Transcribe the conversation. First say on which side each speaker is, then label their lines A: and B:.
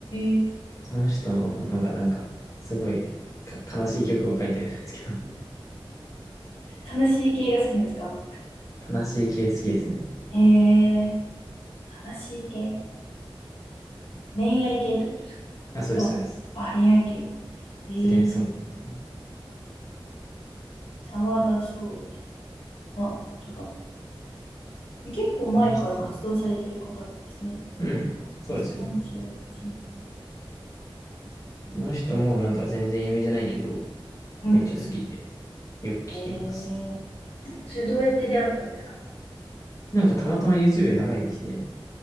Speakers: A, on the left; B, on the left.
A: え。
B: その人のがなんか、すごいか悲しい曲を書いてるんですけど。
A: 悲しい系が好きなんですか
B: 悲しい系好きですね。
A: へえ。悲しい系。恋愛系ってことですかではあ、
B: あ、そうです、そうです。
A: 恋愛系。
B: 失恋ソングみたい
A: えー、沢田総理。あ、本当だ。結構前から活動されてる方なんですね。
B: な。この人も。うん。そうですよね。
A: 2018年。
B: この人もなんか全然有名じゃないけど、
A: うんうん。
B: めっちゃ好きで、よく聞きます。
A: えそれどうやって出会ったんですか
B: なんかたまたま YouTube で流れてきて、